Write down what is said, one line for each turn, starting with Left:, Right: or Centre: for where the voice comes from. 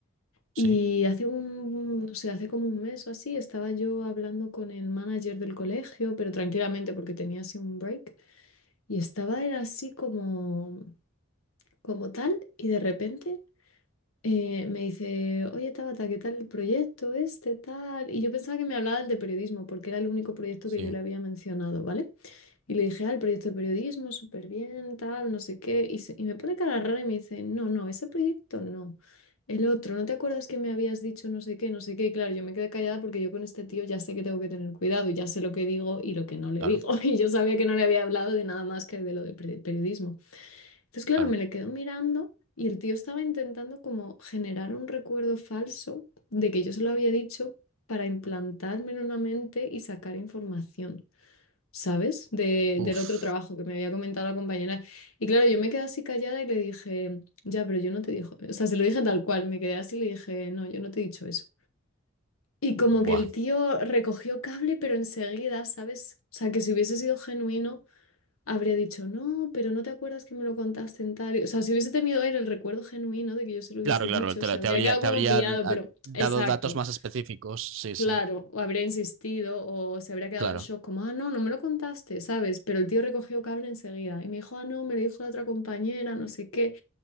Left: Y
Right: sí,
Left: hace un, no sé, hace como un mes o así, estaba yo hablando con el manager del colegio, pero tranquilamente porque tenía así un break, y estaba él así como, como tal, y de repente eh, me dice, oye Tabata, ¿qué tal el proyecto este, tal? Y yo pensaba que me hablaba del de periodismo, porque era el único proyecto
Right: sí.
Left: que yo le había mencionado, ¿vale? Y le dije, ah, el proyecto de periodismo, súper bien, tal, no sé qué. Y, se- y me pone cara rara y me dice, no, no, ese proyecto no. El otro, ¿no te acuerdas que me habías dicho no sé qué, no sé qué? Y claro, yo me quedé callada porque yo con este tío ya sé que tengo que tener cuidado, y ya sé lo que digo y lo que no le
Right: Claro,
Left: digo. <laughs> Y yo sabía que no le había hablado de nada más que de lo de pre- periodismo. Entonces, claro,
Right: claro.
Left: me le quedo mirando y el tío estaba intentando como generar un recuerdo falso de que yo se lo había dicho para implantármelo en la mente y sacar información, ¿sabes? De-
Right: Uf.
Left: del otro trabajo que me había comentado la compañera. Y claro, yo me quedé así callada y le dije, ya, pero yo no te dije, o sea, se lo dije tal cual, me quedé así y le dije, no, yo no te he dicho eso. Y como que
Right: Buah.
Left: el tío recogió cable, pero enseguida, ¿sabes? O sea, que si hubiese sido genuino habría dicho, no, pero no te acuerdas que me lo contaste en tal. O sea, si hubiese tenido él el recuerdo genuino de que yo se lo hubiese
Right: Claro, claro.
Left: dicho,
Right: Te,
Left: se
Right: la-
Left: habría
Right: te habría,
Left: quedado
Right: te
Left: como
Right: habría
Left: pillado,
Right: ah,
Left: pero
Right: dado
Left: exacto,
Right: datos más específicos. Sí,
Left: claro,
Right: sí.
Left: o habría insistido o se habría quedado
Right: Claro,
Left: en shock, como, ah, no, no me lo contaste, ¿sabes? Pero el tío recogió cable enseguida y me dijo, ah, no, me lo dijo la otra compañera, no sé qué.